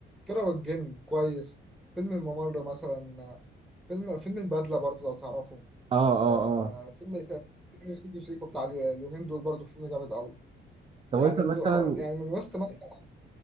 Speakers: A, in the centre; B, on the right (about 30°).
A: كيرة والجن كويس فيلم الممر مثلا فيلم فيلم البدله برضو لو تعرفه
B: اه
A: آه
B: اه اه
A: فيلم إيه تاني؟ فيلم سيكو سيكو بتاع اليومين دول برضو فيلم جامد قوي
B: طب
A: يعني
B: انت مثلا
A: من يعني من وسط مثلا